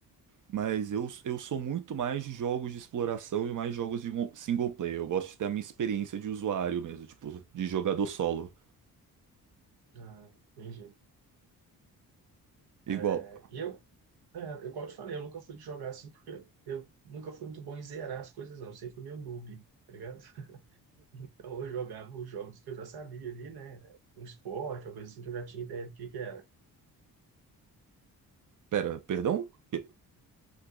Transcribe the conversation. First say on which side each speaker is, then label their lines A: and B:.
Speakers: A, on the right; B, on the right.
A: Mas eu, eu sou muito mais de jogos de exploração e mais jogos de mo- single player. Eu gosto de ter a minha experiência de usuário mesmo, tipo, de jogador solo.
B: Ah, entendi.
A: Igual.
B: É, e eu, é, igual eu te falei, eu nunca fui de jogar assim, porque eu nunca fui muito bom em zerar as coisas, não. Eu sempre fui meio noob, tá ligado? <laughs> Então eu jogava os jogos que eu já sabia ali, né? Um esporte, alguma coisa assim, que eu já tinha ideia do que que era.
A: Pera, perdão? Que-